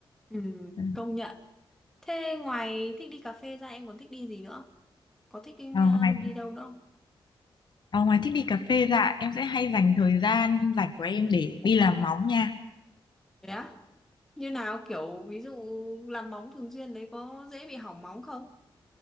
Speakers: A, in the centre; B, on the left.
A: Ừ,
B: Ừ,
A: công nhận. Thế ngoài thích đi cà phê ra em còn thích đi gì nữa? Có thích đi,
B: Ờ,
A: ờ,
B: ngoài
A: đi đâu nữa không?
B: Ờ, ngoài thích đi cà phê ra em sẽ hay dành thời gian rảnh của em để đi làm móng nha
A: Thế á? như nào kiểu ví dụ làm móng thường xuyên đấy có dễ bị hỏng móng không